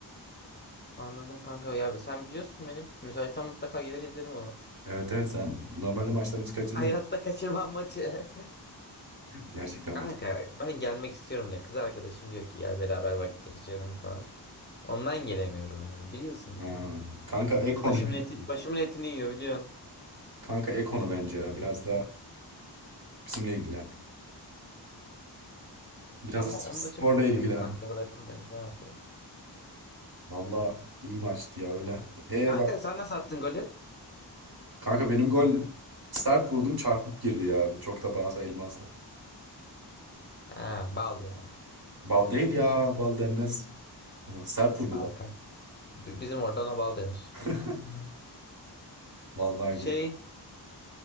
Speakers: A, on the left; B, on the right.
A: Anladım kanka. Ya sen biliyorsun benim. Müsaitsen mutlaka gelir izlerim onu.
B: Evet evet sen normalde maçlarımızı kaçırmıyorsun.
A: Hayatta kaçırmam maçı. <laughs>
B: Gerçekten
A: Kanka
B: bir
A: ben gelmek istiyorum da kız arkadaşım diyor ki gel beraber vakit geçirelim falan. Ondan gelemiyorum yani biliyorsun.
B: Aa, kanka Ekonu.
A: Başımın eti, başımın etini yiyor biliyorsun.
B: Kanka Ekonu bence ya. Biraz da bizimle ilgilen. Biraz
A: Ama
B: da
A: onu
B: sporla
A: da çok seviyorum
B: ilgilen.
A: kanka bırakamıyorum ne yapayım.
B: Valla iyi maçtı ya öyle. E
A: Kanka
B: bak
A: sen nasıl attın golü?
B: kanka benim gol sert vurdum çarpıp girdi ya. Çok da bana sayılmazdı.
A: Ha bal yani.
B: Bal değil ya. Bal denmez. Ulan Sert vurdum
A: Bal
B: ama.
A: kanka. B- bizim orada ona bal denir.
B: <laughs> Vallahi
A: Şey
B: gül.